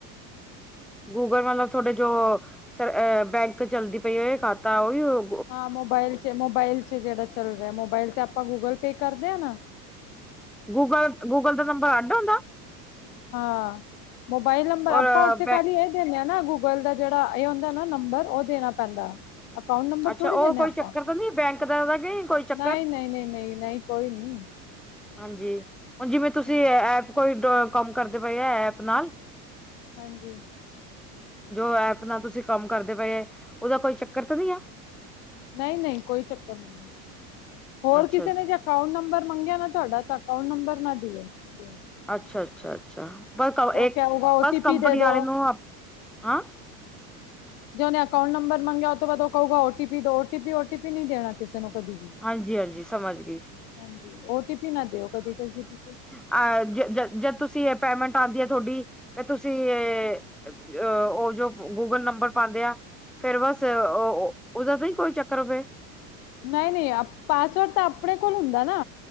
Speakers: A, in the centre; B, on the left (about 70°).
A: ਗੂਗਲ ਮਤਲਬ ਥੋਡੇ ਜੋ ਸਰ ਬੈਂਕ ਚੱਲਦੀ ਪਈ ਏ ਓਹੀਓ ਖਾਤਾ ਓਹੀਓ।
B: ਹਾਂ, ਮੋਬਾਇਲ 'ਚ ਮੋਬਾਇਲ 'ਚ ਜੇੜਾ ਚੱਲ ਰੇਯਾ ਮੋਬਾਇਲ ਤੇ ਆਪਾਂ ਗੂਗਲ ਪੇ ਕਰਦੇ ਆਂ ਨਾ।
A: ਗੂਗਲ ਗੂਗਲ ਦਾ ਨੰਬਰ ਆਂਦਾ ਉਂਦਾ?
B: ਹਾਂ, ਮੋਬਾਈਲ ਨੰਬਰ ਆਪਾਂ
A: ਔਰ
B: ਓਥੇ
A: ਬੈ
B: ਖਾਲੀ ਏਹ ਦਿੰਨੇ ਆਂ ਨਾ ਗੂਗਲ ਗੂਗਲ ਦਾ ਜੇੜਾ ਏ ਹੁੰਦਾ ਨਾ ਨੰਬਰ, ਓ ਦੇਣਾ ਪੈਂਦਾ। ਅਕਾਊਂਟ ਨੰਬਰ
A: ਅੱਛਾ
B: ਥੋੜੀ
A: ਉਹ
B: ਦੇਣਾ
A: ਕੋਈ
B: ਆਪਾਂ
A: ਚੱਕਰ ਤਾਂ ਨਹੀਂ ਬੈਂਕ ਦਾ ਤਾਂ ਨਹੀਂ ਕੋਈ ਚੱਕਰ
B: ਨਈਂ-ਨਈਂ, ਨਈਂ, ਨਈਂ-ਨਈਂ। ਕੋਈ ਨੀ।
A: ਹਾਂਜੀ, ਹੁਣ ਜਿਵੇਂ ਤੁਸੀਂ
B: ਹਾਂਜੀ
A: ਐਪ ਕੋਈ ਕੰਮ ਕਰਦੇ ਪਏ ਆ ਐਪ ਨਾਲ
B: ਹਾਂਜੀ।
A: ਜੋ ਐਪ ਨਾਲ ਤੁਸੀਂ ਕੰਮ ਕਰਦੇ ਪਏ ਉਦਾ ਕੋਈ ਚੱਕਰ ਤਾਂ ਨਈਂ ਏ।
B: ਨਈਂ-ਨਈਂ, ਕੋਈ ਚੱਕਰ ਨਈਂ, ਹੋਰ
A: ਅੱਛਾ
B: ਕਿਸੇ
A: ਅੱਛਾ
B: ਨੇ ਅਕਾਊਂਟ ਨੰਬਰ ਮੰਗਿਆ ਨਾ ਤੁਆਡਾ, ਤਾਂ ਅਕਾਊਂਟ ਨੰਬਰ ਨਾ ਦਿਓ ਦਿਓ।
A: ਅੱਛਾ, ਅੱਛਾ-ਅੱਛਾ ਬਸ, ਏਕ
B: ਕਹੇਗਾ ਓ
A: ਬਸ
B: ਟੀ
A: ਕੰਪਨੀ
B: ਪੀ ਦੇ
A: ਵਾਲੇ
B: ਦੋ
A: ਨੂੰ, ਆਂ
B: ਜੇ ਓਨੇ ਅਕਾਊਟੰਬਰ ਮੰਗਿਆ ਓਤੋਂ ਬਾਦ ਓ ਕੂਉਗਾ ਓਟੀਪੀ ਦਿਓ, ਓਟੀਪੀ ਓਟੀਪੀ ਨਈਂ ਦੇਣਾ ਕਿਸੇ ਨੂੰ ਕਦੀ ਵੀ।
A: ਹਾਂਜੀ ਹਾਂਜੀ ਸਮਝ ਗਈ
B: ਹਾਂਜੀ, ਓਟੀਪੀ ਨਾ ਦਿਓ ਕਦੀ ਕਿਸੇ ਨੂੰ ਤੁਸੀਂ।
A: ਆ ਜ ਜ ਜਦ ਤੁਸੀਂ ਪੇਮੈਂਟ ਆਂਦੀ ਏ ਥੋਡੀ, ਤੇ ਤੁਸੀਂ ਅ ਓ ਜੋ ਗੂਗਲ ਨੰਬਰ ਪਾਂਦੇ ਆ ਫੇਰ ਵਸ ਓ ਓਦਾ ਤੇ ਨੀਂ ਕੋਈ ਚੱਕਰ ਫੇ
B: ਨਈਂ-ਨਈਂ ਪਾਸਵਰਡ ਤਾਂ ਅਪਣੇ ਕੋਲ ਹੁੰਦਾ ਨਾ।